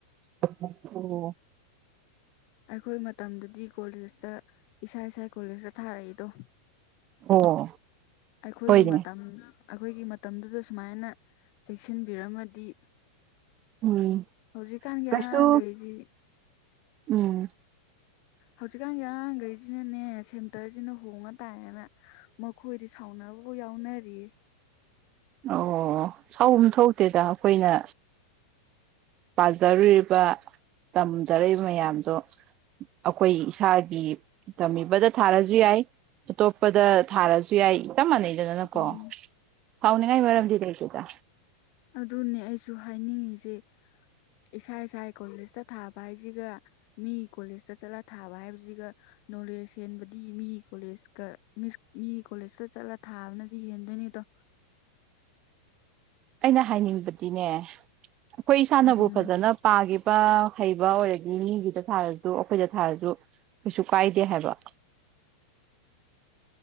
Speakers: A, on the right (about 25°); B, on the left (about 35°).
A: ꯑꯣ
B: ꯑꯩꯈꯣꯏ ꯃꯇꯝꯗꯗꯤ ꯀꯣꯂꯦꯖꯇ ꯏꯁꯥ ꯏꯁꯥ ꯀꯣꯂꯦꯖꯇ ꯊꯥꯔꯛꯏꯗꯣ
A: ꯑꯣ
B: ꯑꯩꯈꯣꯏꯒꯤ
A: ꯍꯣꯏꯅꯦ
B: ꯃꯇꯝ ꯑꯩꯈꯣꯏꯒꯤ ꯃꯇꯝꯗꯨꯗ ꯁꯨꯃꯥꯏꯅ ꯆꯦꯛꯁꯤꯟꯕꯤꯔꯝꯃꯗꯤ
A: ꯎꯝ
B: ꯍꯧꯖꯤꯛꯀꯥꯟꯒꯤꯥꯡꯒꯩꯁꯤ
A: ꯀꯩꯁꯨ ꯎꯝ
B: ꯍꯧꯖꯤꯛꯀꯥꯟꯒꯤ ꯑꯉꯥꯡꯈꯩꯁꯤꯅꯅꯦ ꯁꯦꯟꯇꯔꯁꯤꯅ ꯍꯣꯡꯉ ꯇꯥꯏꯔꯅ ꯃꯈꯣꯏꯗꯤ ꯁꯥꯎꯅꯕꯕꯨ ꯌꯥꯎꯅꯔꯤꯌꯦ
A: ꯑꯣ ꯁꯥꯎꯨꯝ ꯊꯣꯛꯧꯇꯦꯗ ꯑꯩꯈꯣꯏꯅ ꯄꯥꯖꯔꯨꯔꯤꯕ ꯇꯝꯖꯔꯛꯏꯕ ꯃꯌꯥꯝꯗꯣ ꯑꯩꯈꯣꯏ ꯏꯁꯥꯒꯤ ꯇꯝꯃꯤꯕꯗ ꯊꯥꯔꯁꯨ ꯌꯥꯏ ꯑꯇꯣꯞꯄꯗ ꯊꯥꯔꯁꯨ ꯌꯥꯏ ꯆꯞ ꯃꯥꯟꯅꯩ ꯑꯗꯨ ꯑꯗꯨꯗꯅꯀꯣ
B: ꯎꯝ
A: ꯍꯥꯎꯅꯤꯡꯉꯥꯏ ꯃꯔꯝꯗꯤ ꯀꯩꯗꯦꯗ
B: ꯑꯗꯨꯅꯦ ꯑꯩꯁꯨ ꯍꯥꯏꯅꯤꯡꯉꯁꯤꯦ ꯏꯁꯥ ꯏꯁꯥ ꯀꯣꯂꯦꯖꯇ ꯊꯥꯕ ꯍꯥꯏꯁꯤꯒ ꯃꯤ ꯀꯣꯂꯦꯖꯇ ꯆꯠꯂ ꯊꯥꯕ ꯍꯥꯏꯕꯁꯤꯒ ꯅꯣꯂꯦꯖ ꯍꯦꯟꯕꯗꯤ ꯃꯤ ꯀꯣꯂꯦꯖꯀ ꯃꯤꯒꯤ ꯀꯣꯂꯦꯖꯇ ꯆꯠꯂ ꯊꯥꯕꯅꯗꯤ ꯍꯦꯟꯗꯣꯏꯅꯦ ꯑꯗꯣ
A: ꯑꯩꯅ ꯍꯥꯏꯅꯤꯡꯕꯗꯤꯅꯦ ꯑꯩꯈꯣꯏ ꯏꯁꯥꯅꯕꯨ
B: ꯎꯝ
A: ꯐꯖꯅ ꯄꯥꯈꯤꯕ ꯍꯩꯕ ꯑꯣꯏꯔꯗꯤ ꯃꯤꯒꯤꯗ ꯊꯥꯔꯁꯨ ꯑꯩꯈꯣꯏꯗ ꯊꯥꯔꯁꯨ ꯀꯩꯁꯨ ꯀꯥꯏꯗꯦ ꯍꯥꯏꯕ